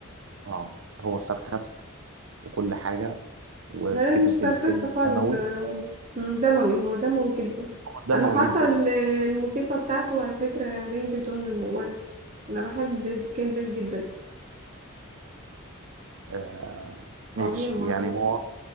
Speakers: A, on the right; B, on the right.
A: اه هو ساركاست وكل حاجة وفكرة
B: لا لا، مش ساركاست
A: الفيلم
B: خالص
A: دموي
B: ده مم، دموي هو دموي جدا
A: دموي
B: انا حاطه
A: جدا
B: ال-
A: يعني.
B: الموسيقى بتاعته على فكره رينج تون الموبايل انا بحب كين بيل جدا
A: آه ماشي
B: عظيم عظيم
A: يعني هو